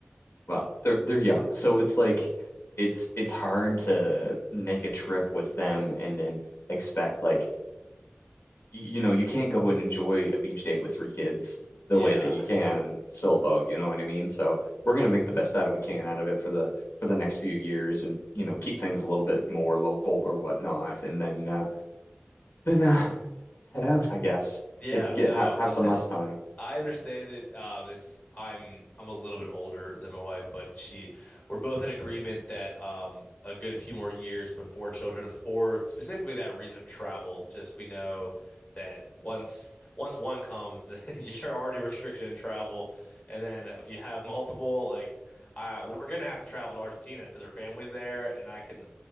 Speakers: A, on the left; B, on the left.
A: well, they're they're young, so it's like it's it's hard to make a trip with them and then expect like you know, you can't go and enjoy a beach day with three kids the
B: Yeah.
A: way that you
B: <laughs>
A: can solo, you know what I mean? So we're gonna make the best out of we can out of it for the for the next few years and you know, keep things a little bit more local or whatnot and then uh then uh head out, I guess.
B: Yeah,
A: Get get
B: no.
A: ha have
B: <laughs>
A: some us time.
B: I understand it. Um, it's I'm I'm a little bit older than my wife, but she we're both in agreement that um a good few more years before children for specifically that reason of travel. Just we know that once once one comes, <laughs> that you're already restricted in travel, and then if you have multiple, like uh, we're gonna have to travel to Argentina because her family's there, and I can